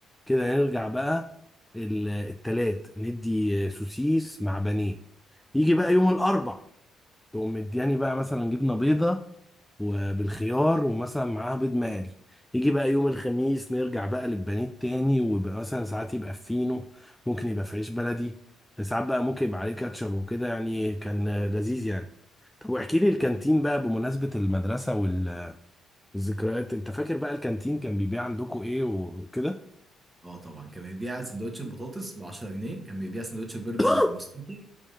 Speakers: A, in the centre; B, on the right.
A: كده نرجع بقى ال- التلات ندي سوسيس مع بانيه يجي بقى يوم الاربع تقوم مدياني بقى مثلا جبنه بيضه وبالخيار ومثلا معاها بيض مقلي يجي بقى يوم الخميس نرجع بقى للبانيه تاني ويبقى مثلا ساعات يبقى في فينو ممكن يبقى في عيش بلدي ساعات بقى ممكن يبقى عليه كاتشب وكده يعني كان آه، لذيذ يعني طب واحكي لي الكانتين بقى بمناسبة المدرسة وال- والذكريات انت فاكر بقى الكانتين كان بيبيع عندكم ايه وكده
B: اه طبعا كان بيبيع سندوتش البطاطس ب 10 جنيه كان بيبيع سندوتش البرجر
A: <coughs>
B: ب 15